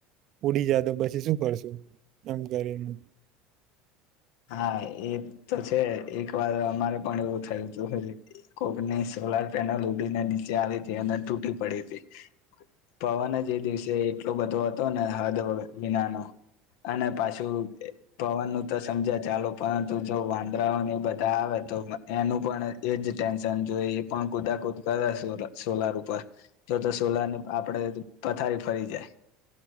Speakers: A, on the right; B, on the left.
A: ઉડી જ તો પછી શું કરશું એમ કરીને
B: હા એ તો છે એક વાર અમારે પણ એવું થયું હતું કોકની સોલાર પેનલ ઉડીને નીચે આવી હતી, અને તૂટી પડી હતી પવન જ એ દિવસે એટલો બધો હતો ને હદ વિનાનો અને પાછું પવનનું સમજાય ચાલો પરંતુ જો વાંદરાઓને એ બધા આવે તો એનું પણ એજ ટેન્શન જોય એ પણ કુદાકુદ કરે સોલાર ઉપર જો તો સોલાર ને આપડે પથારી ફરી જાય